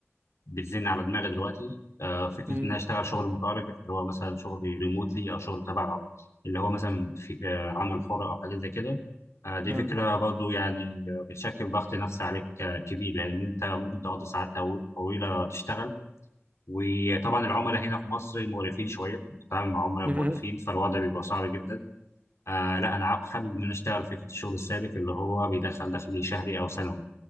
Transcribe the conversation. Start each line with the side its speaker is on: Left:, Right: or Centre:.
Left: بتزن على دماغي دلوقتي آه، فكره
Right: امم
Left: ان انا اشتغل شغل متأرجح اللي هو مثلا شغل ريموتلي او شغل تبع اللي هو مثلا في آه، عمل حر او حاجات زي كده آه، دي
Right: اه
Left: فكره برضو يعني آه، بتشكل ضغط نفسي عليك آه، كبير لان انت ممكن تقضي ساعات طو- طويله تشتغل وطبعا العملاء هنا في مصر مقرفين شويه بتتعامل مع عملاء
Right: امم
Left: مقرفين فالوضع بيبقى صعب جدا آه لا انا حابب ان انا اشتغل فكره الشغل الثابت اللي هو بيدخل دخل شهري او سنوي